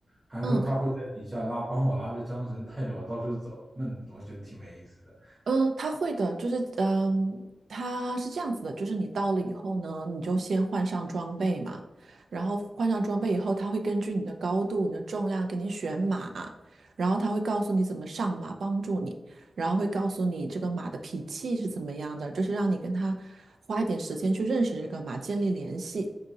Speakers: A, on the right; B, on the right.
A: 还是说他会在底下拉，
B: 嗯。
A: 帮我拉着缰绳，带着我到处走？那我觉得挺没意思的，
B: 嗯，他会的，就是嗯，他是这样子的，就是你到了以后呢，你就先换上装备嘛，然后换上装备以后，他会根据你的高度、你的重量给你选马，然后他会告诉你怎么上马，帮助你，然后会告诉你这个马的脾气是怎么样的，就是让你跟他花一点时间去认识这个马，建立联系。